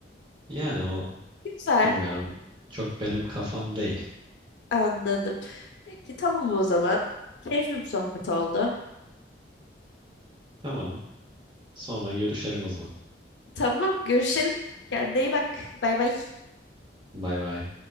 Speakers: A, on the right (about 25°); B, on the left (about 75°).
A: yani o
B: Güzel,
A: bilmiyorum çok benim kafam değil.
B: anladım. Peki tamam o zaman. Keyifli bir sohbet oldu.
A: Tamam sonra görüşelim o zaman.
B: Tamam, görüşelim. Kendine iyi bak. Bay bay.
A: Bay bay.